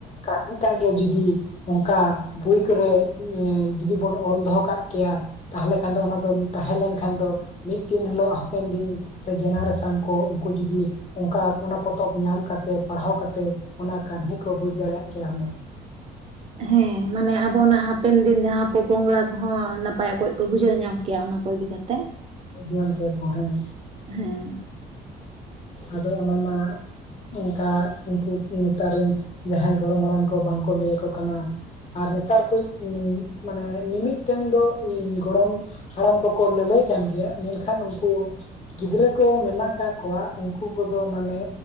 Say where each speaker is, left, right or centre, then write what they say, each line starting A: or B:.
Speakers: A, on the left; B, on the right.
A: ᱠᱟᱹᱦᱱᱤ ᱴᱟᱜ ᱜᱮ ᱡᱩᱫᱤ ᱚᱸᱠᱟ ᱵᱩᱭ ᱠᱚᱨᱮ ᱩᱸ ᱡᱩᱫᱤ ᱵᱚᱱ ᱚᱞ ᱫᱚᱦᱚ ᱠᱟᱜ ᱠᱮᱭᱟ ᱛᱟᱦᱚᱞᱮ ᱠᱷᱟᱱ ᱫᱚ ᱚᱱᱟ ᱫᱚᱢ ᱛᱟᱦᱮᱸ ᱞᱮᱱᱠᱷᱟᱱ ᱫᱚ, ᱢᱤᱫ ᱫᱤᱱ ᱦᱤᱞᱳᱜ ᱦᱟᱯᱮᱱ ᱫᱤᱱ, ᱥᱮ ᱡᱮᱱᱟ ᱨᱮᱥᱟᱱ ᱠᱚ ᱩᱸᱠᱩ ᱡᱩᱫᱤ ᱚᱱᱠᱟᱵ ᱚᱱᱟ ᱯᱚᱛᱚᱵ ᱧᱟᱢ ᱠᱟᱛᱮ ᱯᱟᱲᱦᱟᱣ ᱠᱟᱛᱮ ᱚᱱᱟ ᱠᱟᱱᱦᱤ ᱠᱚ ᱵᱩᱡᱽ ᱫᱟᱲᱮᱭᱟᱫ ᱠᱮᱭᱟ ᱦᱩᱱᱟᱹᱝ᱾
B: ᱦᱮᱸ ᱢᱟᱱᱮ ᱟᱵᱚᱱᱟᱜ ᱦᱟᱯᱮᱱ ᱫᱤᱱ ᱡᱟᱦᱟᱸ ᱯᱚ ᱯᱚᱝᱜᱽᱲᱟ ᱠᱚᱦᱚᱸ ᱱᱟᱯᱟᱭ ᱚᱠᱚᱡ ᱠᱚ ᱵᱩᱡᱷᱟᱹᱣ ᱧᱟᱢ ᱠᱮᱭᱟ ᱚᱱᱟ ᱠᱚ ᱤᱫᱤ ᱠᱟᱛᱮᱜ,
A: ᱧᱟᱢ ᱠᱮᱭᱟ ᱠᱚ ᱦᱮᱸ
B: ᱦᱮᱸ᱾
A: ᱟᱫᱚ ᱚᱱᱟ ᱱᱟᱜ ᱚᱸᱠᱟ ᱩᱱᱠᱩ ᱱᱮᱛᱟᱨ ᱨᱤᱱ ᱡᱟᱦᱟᱸᱭ ᱜᱚᱲᱚᱢ ᱦᱟᱲᱟᱢ ᱠᱚ ᱵᱟᱝ ᱠᱚ ᱞᱟᱹᱭ ᱟᱠᱚ ᱠᱟᱱᱟ ᱟᱨ ᱱᱮᱛᱟᱨ ᱠᱚᱭᱤᱡ ᱩᱸ ᱢᱟᱱᱮ ᱢᱤᱢᱤᱫᱴᱟᱹᱝ ᱫᱚ ᱩᱸ ᱜᱚᱲᱚᱢ ᱦᱟᱲᱟᱢ ᱠᱚᱠᱚ ᱞᱟᱹᱞᱟᱹᱭ ᱠᱟᱱ ᱜᱮᱭᱟ, ᱢᱮᱱᱠᱷᱟᱱ ᱩᱸᱠᱩ ᱜᱤᱫᱽᱨᱟᱹ ᱠᱚ ᱢᱮᱱᱟᱜ ᱟᱠᱟᱜ ᱠᱚᱣᱟ ᱩᱱᱠᱩ ᱠᱚᱫᱚ ᱢᱟᱱᱮ